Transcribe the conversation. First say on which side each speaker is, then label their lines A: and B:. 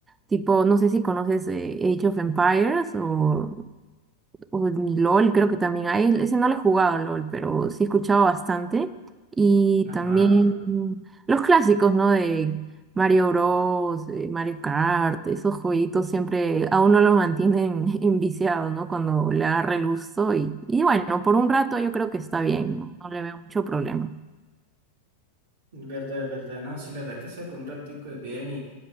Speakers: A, on the right; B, on the right.
A: tipo, no sé si conoces eh, Age of Empires o, o LOL, creo que también hay. e-, Ese no lo he jugado, LOL, pero sí he escuchado bastante. Y
B: Ajá.
A: también mm, los clásicos, ¿no? De Mario Bros, eh, Mario Kart, esos jueguitos siempre a uno lo mantienen <laughs> enviciado, ¿no? Cuando le agarra el gusto. Y, y bueno, por un rato yo creo que está bien, No No le veo mucho problema.
B: Verdad, verdad, no, sí, la verdad que sea por un ratico es bien y